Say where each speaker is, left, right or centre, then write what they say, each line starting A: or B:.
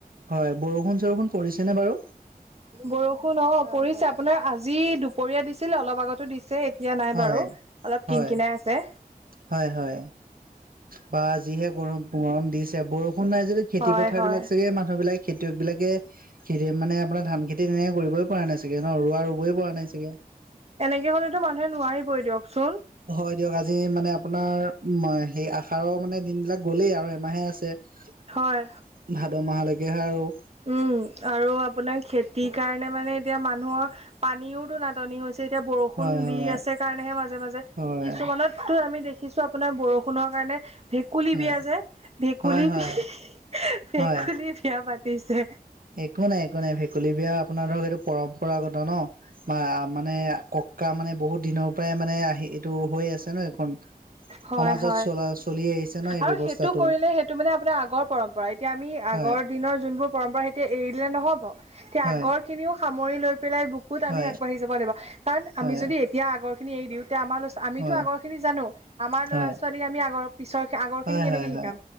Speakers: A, on the right; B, on the right.
A: হয়। বৰষুণ - চৰষুণ পৰিছেনে বাৰু।
B: বৰষুণ অঁ পৰিছে, আপোনাৰ আজি দুপৰীয়া দিছিল, অলপ আগতো দিছে। এতিয়া নাই
A: হয়
B: বাৰু, অলপ
A: হয়
B: কিনকিনাই আছে।
A: হয় হয় বা যিহে গৰম গৰম দিছে বৰষুণ নাই যদি খেতি
B: হয়
A: পথাৰ
B: হয়
A: বিলাক চাগে মানুহ বিলাক খেতিয়ক বিলাকে খেতি মানে আপোনাৰ ধান খেতি তেনেকে কৰিবই পৰা না ই চাগে ন ৰোৱা ৰুবই পৰা নাই চাগে।
B: এনেকে হ'লেতো মানুহে নোৱাৰিবই দিয়কচোন।
A: হয় দিয়ক, আজি মানে আপোনাৰ উম সেই আহাৰ মানে দিন বিলাক গ'লেই আৰু এমাহে আছে। <unintelligible>
B: হয়।
A: ভাদ মাহলৈকেহে আৰু।
B: উম, আৰু আপোনাৰ খেতিৰ কাৰণে মানে এতিয়া মানুহৰ পানীওতো নাটনি হৈছে। এতিয়া বৰষুণ
A: হয় হয়
B: দি আছে কাৰণেহে মাজে মাজে,
A: হয়
B: কিছুমানত আৰু আমি দেখিছো আপোনাৰ বৰষুণৰ কাৰণে ভে কুলী
A: হয়
B: বিয়া যে, ভেকুলী
A: হয় হয়
B: বি ভেকুলী
A: হয়
B: বিয়া পাতিছে।
A: একো নাই একো নাই, ভেকুলী বিয়া আপোনাৰ ধৰক এইটো পৰম্পৰাগত ন। বা মানে কক্কা মানে বহুত দিনৰ পৰাই মানে আহি এইটো হৈ আছে ন এইখন।
B: হয়
A: সমাজত
B: হয়
A: চলা চলি আহিছে ন এই
B: আৰু
A: ব্যৱস্থাটো
B: সেইটো কৰিলে সেইটো মানে আপোনাৰ আগৰ পৰম্পৰা। এতিয়া আমি আগৰ
A: হয়
B: দিনৰ যোনবোৰ পৰম্পৰা এতিয়া এৰি দিলে নহব। তেতিয়া
A: হয়
B: আগৰ খিনিও সামৰি লৈ পেলাই বুকুত
A: হয়
B: আমি আগবাঢি যাব লাগিব। কাৰণ
A: হয়
B: আমি যদি এতিয়া আগৰ খিনি এৰি দিওঁ, তেতিয়া আমাৰ লছোৱালী আমিতো
A: হয়
B: আগৰ খিনি জানো। আমাৰ ল'ৰা
A: হয়
B: ছোৱালীক আমি আগৰ পিছৰ আগৰ
A: হয়
B: খিনি কেনেকে
A: হয় হয়
B: শিকাম